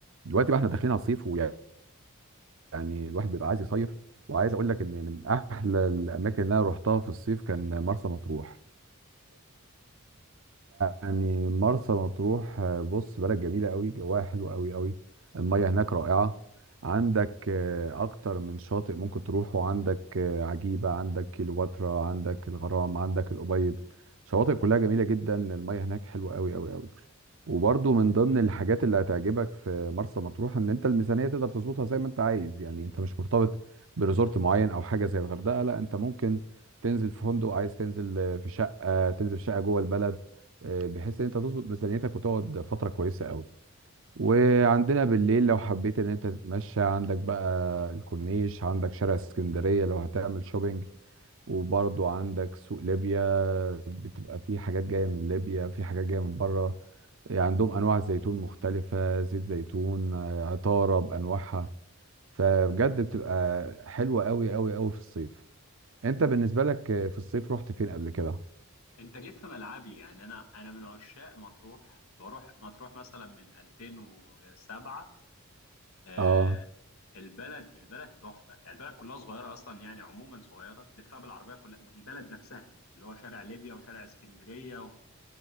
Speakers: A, on the right (about 60°); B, on the left (about 70°).
A: دلوقتي بقى احنا داخلين على الصيف ويعني الواحد بيبقى عايز يصيف وعايز اقول لك ان من احلى الاماكن اللي انا رحتها في الصيف كان مرسى مطروح يعني مرسى مطروح آه، بص بلد جميلة قوي جواها حلو قوي قوي المية هناك رائعة عندك آه، أكتر من شاطئ ممكن تروحه عندك آه، عجيبة عندك كيلوباترا عندك الغرام عندك الأبيض شواطئ كلها جميلة جدا المية هناك حلوة قوي قوي قوي وبرضه من ضمن الحاجات اللي هتعجبك في مرسى مطروح إن أنت الميزانية تقدر تظبطها زي ما أنت عايز يعني أنت مش مرتبط بريزورت معين أو حاجة زي الغردقة لا أنت ممكن تنزل في فندق عايز تنزل آه، في شقة تنزل في شقة جوه البلد آه، بحيث ان انت تظبط ميزانيتك وتقعد فتره كويسه قوي وعندنا بالليل لو حبيت ان انت تتمشى عندك بقى الكورنيش عندك شارع اسكندريه لو هتعمل شوبينج وبرضو عندك سوق ليبيا بتبقى فيه حاجات جايه من ليبيا في حاجات جايه من بره آه، عندهم انواع زيتون مختلفه زيت زيتون آه، عطاره بانواعها فبجد بتبقى حلوه قوي قوي قوي في الصيف انت بالنسبه لك آه، في الصيف رحت فين قبل كده
B: انت جيت في ملعبي يعني انا انا من عشاق مطروح بروح مطروح مثلا من 2007 آه
A: اه
B: البلد البلد تحفه يعني البلد كلها صغيره اصلا يعني عموما صغيره تلفها بالعربيه كلها البلد نفسها اللي هو شارع ليبيا وشارع اسكندريه